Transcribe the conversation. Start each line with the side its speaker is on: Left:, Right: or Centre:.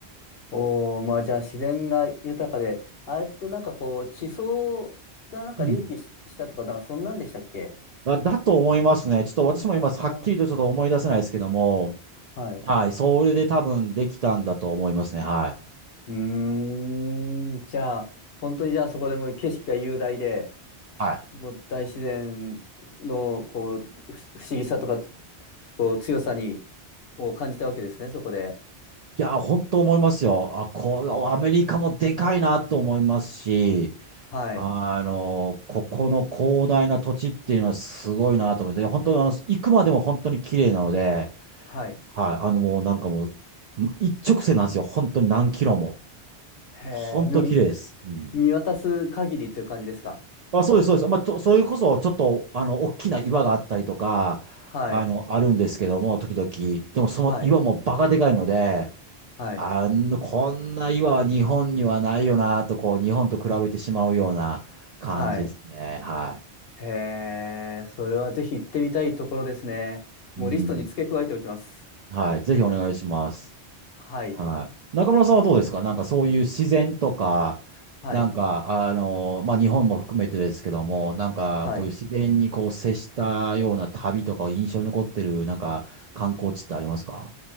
Left: おー、まあじゃあ自然が豊かで、あれってなんかこう、地層がなんか隆起し、
Right: うん。
Left: したとか、なんかそんなんでしたっけ
Right: だ、だと思いますね。ちょっと私も今、はっきりとちょっと思い出せないですけども、
Left: あ、はい。
Right: はい、それで多分できたんだと思いますね。はい。
Left: うーん、じゃあ、本当にじゃあそこでもう景色が雄大で、
Right: はい。
Left: もう大自然のこう、不、不思議さとか、こう、強さに、を感じたわけですね、そこで。
Right: いや、本当思いますよ。あ、こう、
Left: は
Right: アメリカもでかいなと思いますし、
Left: あ、はい、
Right: あの、ここの広大な土地っていうのはすごいなと思って、本当にあの、行くまでも本当に綺麗なので、
Left: はい。
Right: はい、あのもうなんかもう、一直線なんですよ。本当に何キロも。
Left: へえ、
Right: 本当綺麗です。
Left: もう
Right: うん。
Left: 見渡す限りっていう感じですか
Right: あ、そうです、そうです。まあ、と、それこそちょっと、あの、大きな岩があったりとか、
Left: はい。
Right: あの、あるんですけども、時々。でもその岩もバカでかいので、
Left: はい、はい、
Right: あの、こんな岩は日本にはないよなと、こう、日本と比べてしまうような感じですね。
Left: はい。
Right: は
Left: へえ、それはぜひ行ってみたいところですね。もうリストに付け加えておきます。
Right: い。うん。はい。ぜひお願いします。
Left: はい、
Right: はい。中村さんはどうですかなんかそういう自然とか、
Left: うんはい、
Right: なんか、あの、まあ、日本も含めてですけども、なんか、
Left: はい。
Right: こういう自然にこう接したような旅とか印象に残ってる、なんか、観光地ってありますか